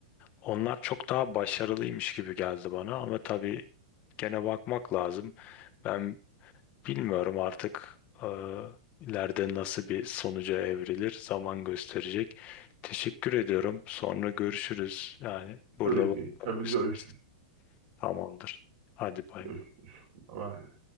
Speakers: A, on the left (about 35°); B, on the right (about 60°).
A: onlar çok daha başarılıymış gibi geldi bana ama tabii gene bakmak lazım. Ben Bilmiyorum artık e, ileride nasıl bir sonuca evrilir zaman gösterecek. Teşekkür ediyorum. Sonra görüşürüz. Yani burada
B: Tabii
A: bırakalım
B: ki. Tabii
A: istersen.
B: görüşürüz.
A: Tamamdır. Hadi bay
B: Görüşürüz.
A: bay.
B: Bye.